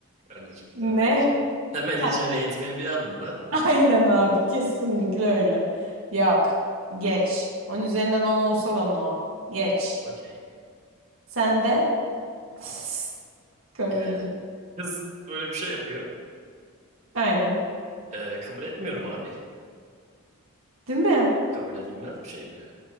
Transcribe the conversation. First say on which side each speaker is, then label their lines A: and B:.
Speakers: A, on the right; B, on the right.
A: Kardeşim
B: Ne?
A: temel hijyen. Temel
B: Ha,
A: hijyen eğitimini bir alın da.
B: <laughs> Aynen abi kesinlikle öyle. Yok. Geç. On üzerinden 10 olsa da no. Geç.
A: Okey.
B: Sen de <laughs> komedi.
A: Yani kız böyle bir şey yapıyor.
B: Aynen.
A: E, kabul etmiyorum abi.
B: Değil mi?
A: Kabul edilmez bir şey bu yani.